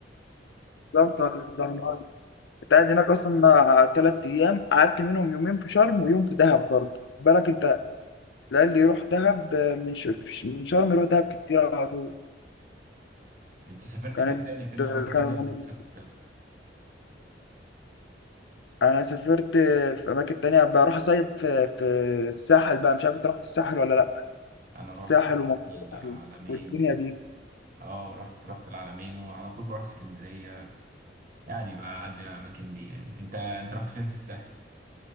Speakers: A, on the left; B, on the right.
A: بالظبط ما تتضررش. انت قاعد هناك اصلا ثلاث ايام قعدت منهم يومين في شرم ويوم في دهب برضه بالك انت لا اللي يروح دهب من ش... من شرم يروح دهب كتير على طول
B: انت سافرت
A: كانت
B: فين تاني
A: <laughs>
B: فين الاماكن تاني
A: كان
B: اللي انت سافرت لها
A: انا سافرت في اماكن تانية بروح اصيف في... في الساحل بقى مش عارف انت رحت الساحل ولا لا
B: انا رحت
A: الساحل
B: رحت
A: ومطروح
B: العلمين
A: والدنيا
B: و...
A: دي
B: اه رحت رحت العلمين وعلى طول بروح اسكندريه يعني بعدي على الاماكن دي يعني انت انت رحت فين في الساحل